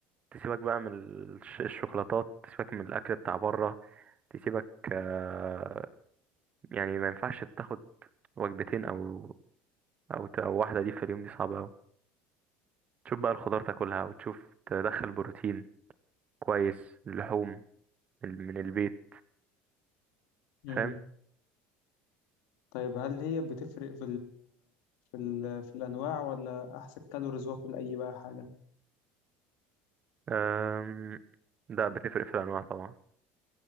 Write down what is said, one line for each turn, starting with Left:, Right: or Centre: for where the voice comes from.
Right: تسيبك بقى من الش- الشوكولاتات تسيبك من الأكل بتاع بره تسيبك آه، يعني ما ينفعش تاخد وجبتين أو أو ت- أو واحدة دي في اليوم دي صعبة أوي تشوف بقى الخضار تاكلها وتشوف تدخل بروتين كويس اللحوم من من البيت
Left: مم.
Right: فاهم
Left: طيب هل هي بتفرق في في ال... في الأنواع ولا أحسب كالوريز وآكل أي بقى حاجة
Right: أم، ده بتفرق في الأنواع طبعا